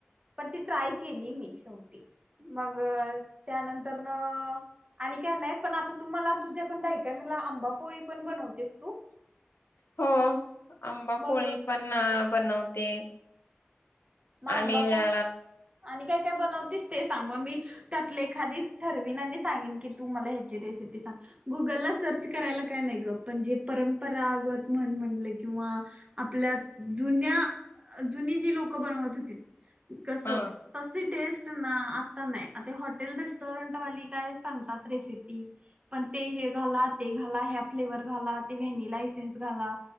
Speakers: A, on the right (about 30°); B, on the left (about 75°).
A: पण ती ट्राय केली मी शेवटी मग त्यानंतर, आणि काय नाही पण आता तु मला तुझ्या पन काही, काही, म्हणलं आंबा पोळी पण बनवतेस तू?
B: हो आंबापोळी
A: मग
B: पण! बनवते.
A: मग आंबापोळी
B: आणि अ
A: आणि काय, काय, बनवतीस ते सांग. म मी त्यातले एखादीच ठरवीन आणि सांगेन की तू मला ह्याची रेसिपी सांग. गुगलला सर्च करायला काय नाही ग. पणजे परंपरागत म्हण म्हनलं किंवा आपल्या जुन्या जुनी जी लोक बनवत होतीत. कसं.
B: हा
A: तस टेस्ट ना आता नाही आता हॉटेल रेस्टॉरंटवाली काय सांगतात रेसिपी पण. ते हे घाला, ते घाला, ह्या फ्लेवर्स घाला, ते व्हॅनिला इसेन्स घाला,